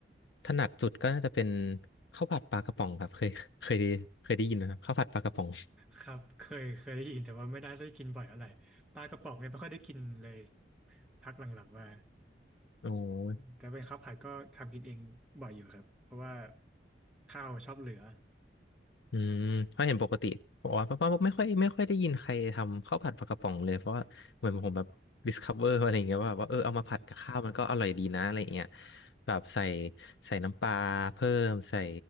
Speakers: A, on the left (about 80°); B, in the centre.
A: ถนัดสุดก็น่าจะเป็นข้าวผัดปลากระป๋องครับเคยเคยได้เคยได้ยินไหมครับข้าวผัดปลากระป๋อง
B: ครับเคยเคยได้ยินแต่ว่าไม่ได้ได้กินบ่อยอะไรปลากระป๋องเนี่ยไม่ค่อยได้กินเลยพักหลังๆมา
A: โอ้
B: อืมแต่เป็นข้าวผัดก็ทำกินเองบ่อยอยู่ครับเพราะว่าข้าวชอบเหลือ
A: อืมเพราะเห็นปกติบอกว่าป้าป้าไม่ค่อยไม่ค่อยได้ยินใครทำข้าวผัดปลากระป๋องเลยเพราะว่าเหมือนผมแบบ discover อะไรอย่างเงี้ยว่าแบบว่าเออเอามาผัดกับข้าวมันก็อร่อยดีนะอะไรอย่างเงี้ย
B: อืม
A: แบบใส่ใส่น้ำปลาเพิ่มใส่